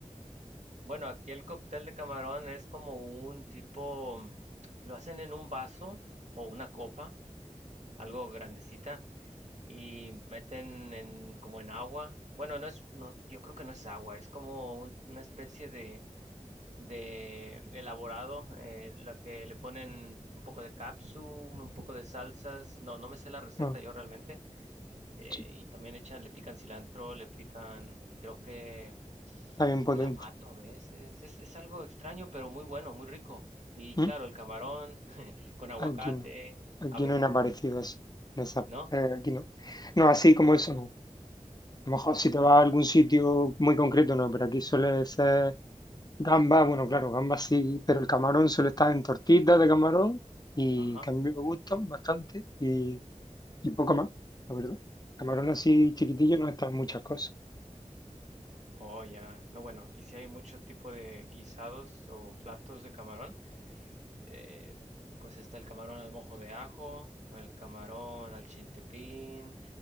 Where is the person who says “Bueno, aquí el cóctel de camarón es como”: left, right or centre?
Right